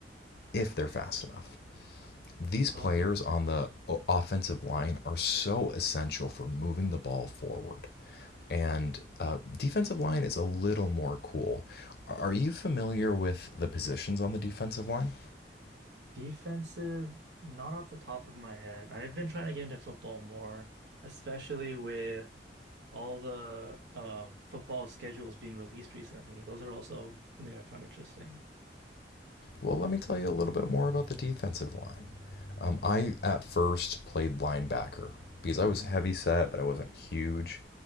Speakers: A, on the left; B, on the right.
A: if they're fast enough. These
B: Oh,
A: players on the offensive line are so essential for moving the ball forward. And uh, defensive line is a little more cool. Are you familiar with the positions on the defensive line?
B: defensive, not off the top of my head. I've been trying to get into football more, especially with all the um, football schedules being released recently. Those are also something I found interesting.
A: Well, let me tell you a little bit more about the defensive line. Um, I at first played linebacker because I
B: hmm
A: was heavy set, but I wasn't huge.